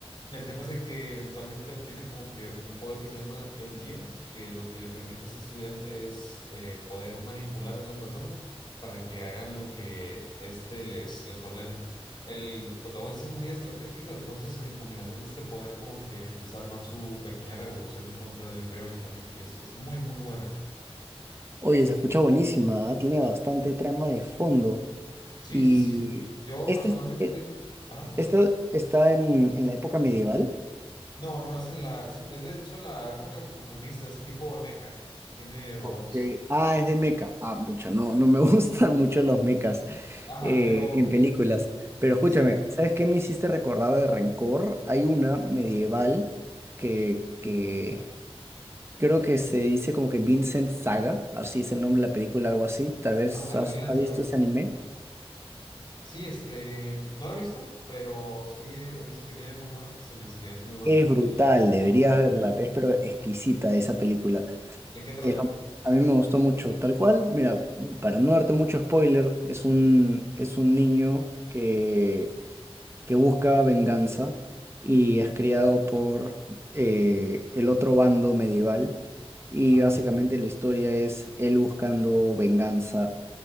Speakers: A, on the left (about 50°); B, on the right (about 25°).
A: El tema es de que eventualmente obtiene como que un poder que se llama el GIAS, que lo que le permite a este estudiante es eh, poder manipular a las personas para que hagan lo que éste les, les ordene. El protagonista es muy estratégico, entonces en combinación de este poder como que empieza a armar su pequeña revolución en contra del Imperio Británico y es, es muy, muy buena.
B: Oye, se escucha buenísima, ¿ah? Tiene bastante trama de fondo.
A: Sí,
B: Y
A: sí, sí, sí. sí. Yo
B: este,
A: personalmente...
B: es- e-
A: Ajá.
B: esta está en, en la época medieval.
A: No, no, es en la, es, es de hecho en la época futurista, es tipo mecha, tiene robots.
B: Ok. Ah, es de mecha. Ah, mucha, no, no me <laughs> gustan mucho los mechas.
A: Ajá,
B: eh,
A: pero
B: en películas. Pero escúchame,
A: sí,
B: ¿sabes qué me hiciste recordar de Rencor? Hay una medieval que, que creo que se dice como que Vincent Saga, así es el nombre de la película, algo así. Tal vez
A: ajá, la
B: has,
A: de Vinland
B: has
A: Saga.
B: visto ese anime.
A: Sí, este, no la he visto, pero sí he, he visto que tiene muy buenas reseñas, que es muy buena.
B: Es brutal,
A: Y
B: deberías
A: tengo...
B: verla, es pero exquisita esa película.
A: ¿De qué trata?
B: Es lo- a mí me gustó mucho. Tal cual, mira, para no darte mucho spoiler, es un, es un niño que que busca venganza y es criado por eh, el otro bando medieval. Y
A: Ajá,
B: básicamente la historia es él buscando venganza